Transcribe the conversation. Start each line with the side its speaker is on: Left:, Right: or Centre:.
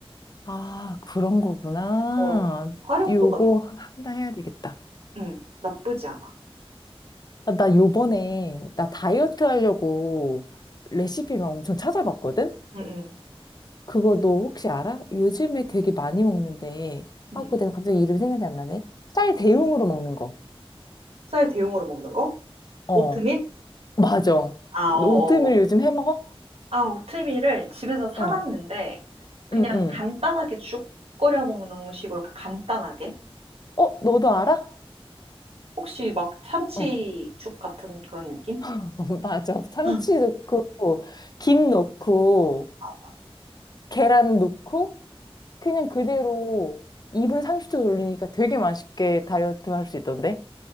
Left: 아, 그런 거구나.
Right: 어, 활용도가
Left: 요거
Right: 높,
Left: 하나 해야 되겠다.
Right: 응, 나쁘지 않아.
Left: 아, 나 요번에 나
Right: 응,
Left: 다이어트 하려고 레시피만 엄청 찾아봤거든?
Right: 응, 응.
Left: 그거 너 혹시 알아? 요즘에 되게 많이 먹는데,
Right: 응.
Left: 아, 그거 내가 갑자기 이름 생각이 안 나네. 쌀 대용으로 먹는 거.
Right: 쌀 대용으로 먹는 거?
Left: 어,
Right: 오트밀?
Left: 맞아.
Right: 아,
Left: 너
Right: 어,
Left: 오트밀
Right: 어.
Left: 요즘 해 먹어?
Right: 아, 오트밀을 집에서 사놨는데,
Left: 어,
Right: 그냥
Left: 응, 응.
Right: 간단하게 죽 끓여 먹는 식으로 그 간단하게?
Left: 어, 너도 알아?
Right: 혹시 막 참치죽
Left: 어,
Right: 같은 그런 느낌?
Left: <laughs> 맞아. 참치
Right: <laughs>
Left: 넣고, 김 넣고,
Right: 맞아.
Left: 계란 넣고, 그냥 그대로 2분 30초 돌리니까 되게 맛있게 다이어트 할 수 있던데?